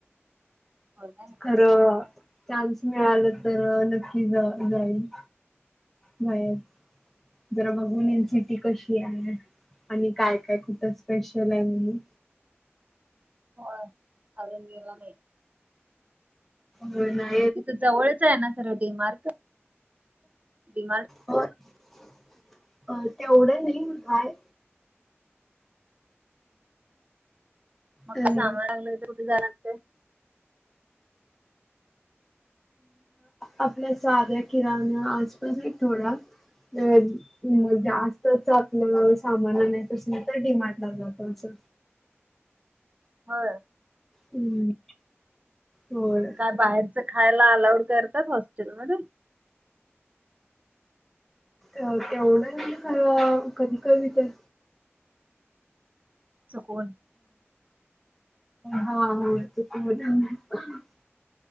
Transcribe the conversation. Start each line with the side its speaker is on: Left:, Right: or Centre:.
Right: हो काय?
Centre: खरं, चान्स मिळाल तर नक्की जाईन. व्हय, जरा बघून येईन सिटी कशी हाये. आणि काय काय तिथं स्पेशल हाय म्हणून
Right: होय, अरुण गेला नाही.
Centre: होय ना <unintelligible>
Right: तिथं जवळच आहे ना खरं डी मार्ट, डी मार्ट
Centre: होय, तेवढं नाही हाय
Right: मग
Centre: हॅलो
Right: का सामान आणलं ते कुठे जाणार? <inaudible>
Centre: आपल्या साध्या किराणा आसपास हायेत थोडया अ <unintelligible> मग जास्तच आपलं सामान आणायचं आसल तर मग डीमार्ट ला जातो असं.
Right: होय.
Centre: हम्म, होय
Right: काय बाहेरच खायला अलाउड करतात हॉस्टेलमध्ये?
Centre: तेवढं नाही खरं कधी कधी तर
Right: चुकवून
Centre: हा होय इथं मजा आली <inaudible>